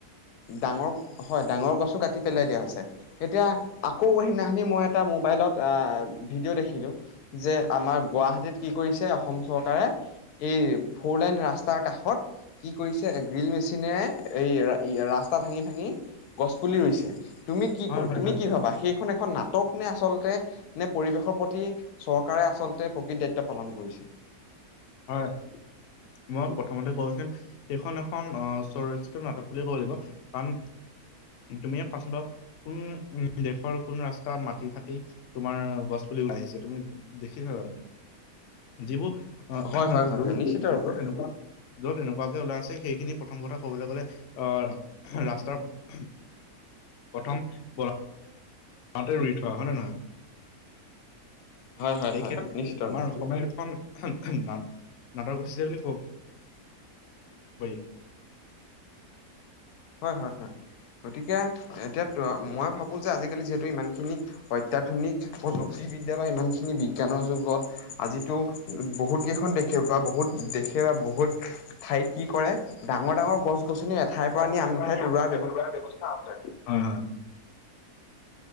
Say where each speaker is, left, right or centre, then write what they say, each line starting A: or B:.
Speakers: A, on the left; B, on the left.
A: ডাঙৰ হয় ডাঙৰ গছো কাটি পেলাই দিয়া হৈছে এতিয়া আকৌ সেইদিনা- এনেই মই এটা মোবাইলত আ ভিডিঅ দেখিলোঁ, যে আমাৰ গুৱাহাটীত কি কৰিছে, অসম চৰকাৰে চৰকাৰে এই ফৰলেন ৰাস্তাৰ কাষত- কি কৰিছে গ্ৰীল মেচিনে এই- ই ৰাস্তাত ভাঙি ভাঙি গছ পুলি ৰুইছে তুমি কি ক
B: হয়
A: তুমি
B: হয় হয়।
A: কি ভাবা সেইখন এখন নাটক- টক নে আচলতে নে পৰিৱেশৰ প্ৰতি চৰকাৰে আচলতে প্ৰকৃত দায়িত্ব পালন কৰিছে?
B: হয় মই প্ৰথমতে ক সেইখন এখন আহ চলৰ্চিত নাটক বুলে ক'ব লাগিব, কাৰণ তুমিয়ে কোৱাচোন বাও কোন উম দেশৰ কোন ৰাস্তা মাটি ফাটি তোমাৰ গছ- পুলি ওলাই আহিছে তুমি দেখিছা জানো? যিবোৰ অ
A: হয়
B: এনেকুৱা
A: হয় হয় হয় নিশ্চিত ৰূপে
B: <unintelligible> য'ত এনেকুৱাকে ওলাই আছে সেইখিনি প্ৰথম কথা কবলৈ গ'লে আহ ৰাস্তাৰ প্ৰথম বনাই তাতে ৰুই থোৱা হয়নে নহয়?
A: হয় হয়
B: সেই
A: হয়
B: ক্ষেত্ৰত
A: নিশ্চিত
B: আমাৰ
A: ৰূপে।
B: অসমীয়া এখন নাট নাটক গোষ্ঠীছে বুলি কব পাৰি পাই।
A: হয় হয় হয়। গতিকে এতিয়া মই ভাবো যে আজিকালি যিহেতু ইমানখিনি অত্যাধুনিক প্ৰ কৃষি বিদ্যা বা ইমানখিনি বিজ্ঞানৰ যুগত আজিতো বহুতকেইখন দেশে বা বহুত দেশে বা বহুত ঠাইত কি কৰে, ডাঙৰ -ডাঙৰ গছ -গছনি এঠাইৰ পৰা আনি
B: খাই
A: আন
B: পোৱা
A: ঠাইত
B: আ নি আমঠাই
A: ৰোৱাৰ
B: দৌৰা ব্যৱস্থা আছে হয় হয়।